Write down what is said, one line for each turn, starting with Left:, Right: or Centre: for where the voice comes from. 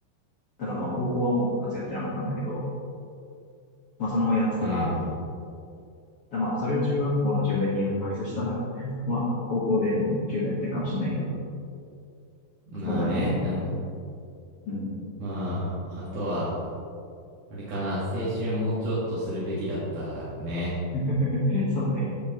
Left: だからまあ、高校はもう部活やってなかったんだけど、まあ、そのままやってたら、
Right: うん。
Left: だまあ、それを中学校の自分にアドバイスしたら、まあ、高校でも弓道やってるかもしれないけど、
Right: まあね、
Left: そうだね。
Right: なるほど。
Left: うん
Right: まあ、あとは、あれかな、青春もうちょっとするべきだったね。
Left: <laughs> そうね。